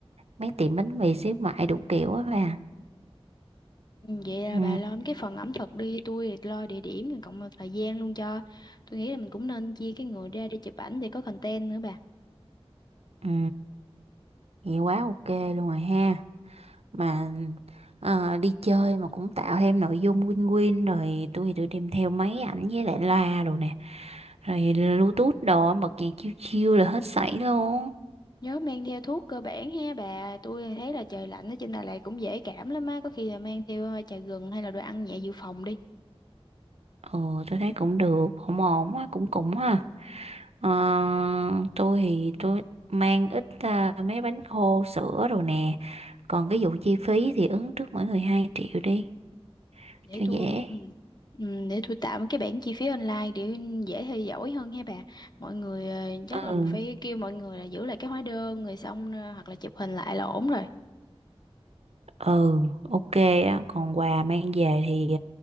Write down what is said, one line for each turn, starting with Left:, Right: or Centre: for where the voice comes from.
Right: mấy tiệm bánh mì xíu mại đủ kiểu á bà.
Left: Ừ, Vậy là
Right: Ừ.
Left: bà lo cái phần ẩm thực đi tôi thì lo địa điểm rồi cộng thời gian luôn cho tôi nghĩ là mình cũng nên chia cái người ra để chụp ảnh để có content nữa bà
Right: Ừ. Nghe quá ok luôn rồi ha. Mà ờ, đi chơi mà cũng tạo thêm nội dung win-win rồi tôi tôi đem theo máy ảnh với lại loa đồ nè. Rồi Bluetooth đồ bật nhạc chill chill là hết sảy luôn.
Left: nhớ mang theo thuốc cơ bản ha bà tôi thấy là trời lạnh ở trên Đà Lạt cũng dễ cảm lắm á có khi là mang theo ờ, trà gừng hay là đồ ăn nhẹ dự phòng đi
Right: Ừ tôi thấy cũng được, ổn ổn á, cũng cũng ha. Ờ, tôi thì tôi mang ít à, mấy bánh khô sữa đồ nè. Còn cái vụ chi phí thì ứng trước mỗi người 2 triệu đi
Left: để
Right: cho
Left: tôi
Right: dễ.
Left: ừ. Ừ, để tôi tạo cái bảng chi phí online để dễ theo dõi hơn ha bà mọi người ờ, chắc
Right: Ừ.
Left: là phải kêu mọi người là giữ lại cái hóa đơn rồi xong ờ, hoặc là chụp hình lại là ổn rồi
Right: ừ ok á còn quà mang về thì